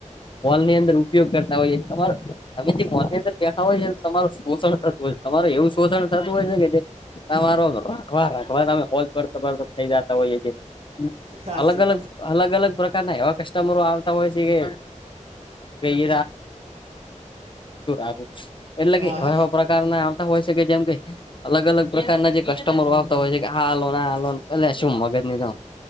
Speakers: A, on the left (about 40°); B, on the right (about 50°).
A: હોલ ની અંદર ઉપયોગ કરતા હોઈએ તમારો તમે જે હોલ ની અંદર બેઠા હોય છે તમારું શોષણ થતું હોય છે તમારું એવું શોષણ થતું હોય છે ને કે જે તમારો રાખવા રાખવા તમે હોજ પડતો પડતો થઈ જતા હોઈએ છીએ
B: સાચી
A: અલગ
B: વાત
A: અલગ અલગ અલગ પ્રકારના એવા કસ્ટમરો આવતા હોય છે કે એ <unintelligible> એટલે
B: હા
A: કે એવા એવા પ્રકારના તા હોય શકે જેમ કે અલગ અલગ પ્રકારના જે કસ્ટમરો આવતા હોય છે કે આ લોન આ લોન પેલે શું મગજ ની તો‌